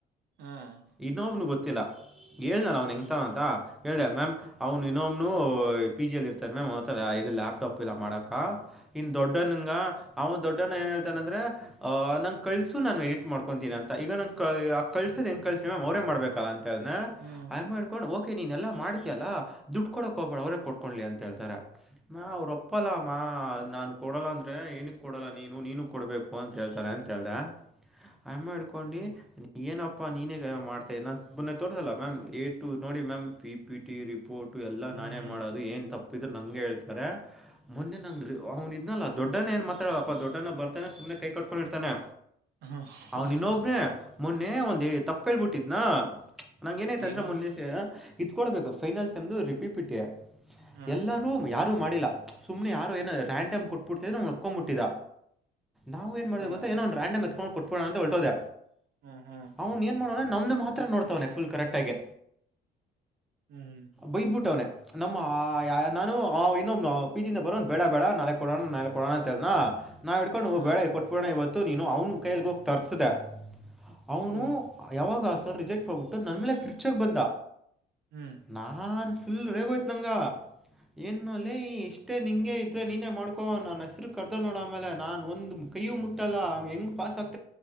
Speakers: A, on the right; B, in the centre.
A: ಹ್ಮ
B: ಇನ್ನೊಬ್ನು ಗೊತ್ತ <unintelligible> ಹೇಳನ ಲಾ ಅವನ್ ಇತಾಂತ ಹೇಳ್ದ ಮ್ಯಾಮ್ ಅವನು ಇನ್ನೊ್ನು ಪಿ ಜಿಲ್ಲಿ ಇರ್ತಾರ ಮ ಮತ್ತ ಇದು ಲ್ಯಾಪ್ಟಾಪ್ ಎಲ್ಲ ಮಾಡಕ ಇನ್ ದೊಡ್ಡನಂಗ ಅವ್ನ ದೊಡ್ಡಣ ಏನ್ ಹೇಳ್ತಾನ ಅಂದ್ರ ಹಾ ನನಗೂ ಕಳ್ಸು ನಾನು ಎಡಿಟ್ ಮಾಡ್ಕೊತೀನಿ ಅಂತ ಈಗ ನ ಕಳ್ಸದ್ ಹೆಂಗ್ ಕಳ್ಸ ಮ್ ಅವರೇ ಮಾಡ್ಬೇಕಲ್ಲ ಅಂತ ಹೇಳ್
A: ಹ್ಮ್
B: ಹಾ ಯಾಮ್ ಇಡುಕೋಡು ನೀನೆ ಎಲ್ಲಾ ಮಾಡ್ತಯಲ್ಲಾ ದುಡ್ಡು ಕೊಡಕ್ ಹೋಗಬ ಅವರೇ ಕೊಡ್ಕೊಂಡ್ಲಿ ಅಂತ ಹೇಳ್ತಾರ ಅವ್ರು ಒಪ್ಪಲ್ಲ ಮಾ ನಾನ್ ಕೊಡಲ್ಲ ಅಂದ್ರೆ ಏನಕ್ ಕೊಡಲ್ಲ ನೀನು ನೀನು ಕೊಡ್ಬೇಕು ಅಂತ ಹೇಳ್ತಾರೆ ಅಂತ ಹೇಳ್ದ ಆಯಮ್ಮ ಹಿಡ್ಕೊಂಡಿ
A: ಹ್ಮ್
B: ಏನ್ ಅಪ್ಪ ಅಪ್ಪಾ ನೀನೇ ಮಾಡ್ತಾ ನಾನು ಮೊನ್ನೆ ತೋರಿಸೋಲ್ಲ ಮ್ಯಾಮ್ ಎ ಟು ನೋಡಿ ma'am P P T report ಎಲ್ಲಾ
A: ಹ್ಮ್
B: ನಾನೇ ಮಾಡೋದು ಏನ್ ತಪ್ಪಿದ ನಂಗೆ ಹೇಳ್ತಾರೆ ಮೊನ್ನೆ ನಂಗ ಅವ್ನ ಇದ್ನಲ್ಲ ದೊಡ್ಡನ ಏನ್ ಮಾತಾಡಲ್ಲಪ್ಪಾೊಡ್ಡನ ಬರ್ತಾನೆ ಸು್ನೆೈ ಕಟ್ಕೊಂಡಿರ್ತಾನೆ
A: ಹ್ಮ್
B: ಅವನನ್ನೊಬ್ರ
A: ಹ್ಮ್
B: ಮೊನ್ನೆ ಒಂದ್ ತಪ್ಪೇಳ್ ಬಿಟ್ಟಿದನಾ ನಾಗ ಏನಾಯ್ತ ಅಂದ್ರೆ
A: ಏನು
B: ಮುನ್ನೇಶ ಇದ ಕೊಡ್ಬೇಕು ಫೈನಲ್ಸ್ ಎಮ್ದು ರಿಪಿಪಿಟ
A: ಹ್ಮ್
B: ಎಲ್ಲಾರೂ ಯಾರು ಮಾಡಿಲ್ಲ ಸುಮ್ನೆ ಯಾರು ಏನ ರ್ಯಾಂಡಮ್ ಕೊಟ್ಬಿಡ್ತಿದೆ ನ ಓಕ್ಕೊಂಬಿಟ್ಟಿದ ನಾವು ಏನ್ ಮಾಡ
A: ಹ್ಮ್
B: ಗೊತ್ತ ಏನ ರಂಡ್ ಎತ್ಕೊಂಡ ಕೋಟುಬೇಡನ ಅಂತ ಹೊಟೋದ
A: ಹ್ಮ್ ಹ್ಮ್
B: ಅವ್ನು ಏನ್ ನಮ್ದು ಮಾತ್ರ ನೋಡ್ತವನ ಫುಲ್ ಕರೆಕ್ಟ್ ಆಗಿ
A: ಹ್ಮ್
B: ಬೈದ್ಬಿಟ್ಟವನೆ ನಮ್ಮ ನಾನು ಇನ್ನೊ ಪಿಜಿ ಇಂದ ಬರೋನು ಬೇಡ ಬೇಡ ನಾಲ್ಕ್ ಕೊಡೋಣ ನಾ ಕೊಡೋಣ ಅಂತ ನಾವು ಇಡ್ಕೊಂಡುವು
A: ಹಾ
B: ಬೇಡ ಕೊಬೋಣ ಇವತ್ತು ನೀನು ಅವನು ಕೈಯಲ್ಲಿ ಹೋಗಿ ತರಿಸದೆ ಅವನು
A: ಹ್ಮ್
B: ಯಾವಾಗ ಆಸ ರಿಜೆಕ್ಟ್ ಮಾಡಬಿಟ್ಟು ನನ್ ಮೇಲೆ ಕಿರ್ಚಕ್ ಬಂದ
A: ಹ್ಮ್
B: ನಾನ್ ಫುಲ್ ರೇಗೋಯ್ತು ನಂಗ ಏನು ಅಲ್ಲ ಇಷ್ಟೇ ನಿಂಗೆ ನೀನೇ ಮಾಡ್ಕೊ ನನ್ ಹೆಸರು ಕರ್ದ ನೋಡ ಆಮೇಲೆ ನಾ ಒಂದು ಕೈಯೂ ಮುಟ್ಟಲ್ಲ ಹೆಂಗ್ ಪಾಸ್ ಆತ